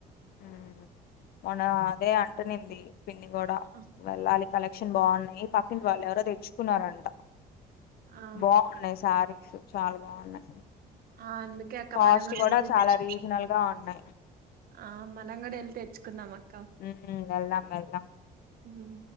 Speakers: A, on the left; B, on the right.
A: ఉమ్, మొన్న అదే అంట నింది పిన్ని కూడా
B: ఆ
A: వెళ్ళాలి కలెక్షన్ బాగున్నాయి పక్కింటి వాళ్ళు ఎవరో తెచ్ తెచ్చుకున్నారంట
B: ఆ
A: బాగున్నాయి శారీస్ చాలా బాగున్నాయి
B: ఆ అందుకే అక్క
A: కాస్ట్
B: మనం గూడా
A: కూడా
B: వెళ్ళి
A: చాలా
B: తెచ్
A: రీజనల్ గా ఉన్నాయి
B: ఆ మనం కూడా వెళ్ళి తెచ్చుకుందాం అక్
A: ఉమ్ హు వెళ్దాం వెళ్దాం
B: ఉమ్